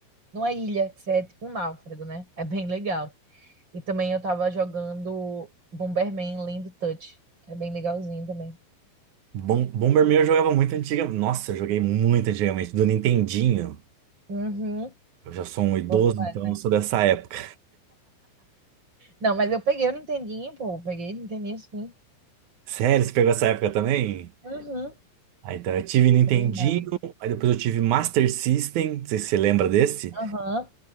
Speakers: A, on the right; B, on the right.
A: numa ilha, que você é tipo um náufrago, né? É bem legal. E também eu tava jogando Bomberman Land Touch. É bem legalzinho também.
B: Bom, Bomberman eu jogava muito antiga. Nossa, eu joguei muito antigamente, do Nintendinho.
A: Uhum.
B: Eu já sou um idoso,
A: Bom demais.
B: então eu sou dessa época.
A: Não, mas eu peguei o Nintendinho, pô. eu Peguei o Nintendinho, sim.
B: Sério, você pegou essa época também?
A: Uhum.
B: Ah, então eu tive Nintendinho,
A: Bom demais.
B: aí depois eu tive Master System, não sei se você lembra desse.
A: Aham.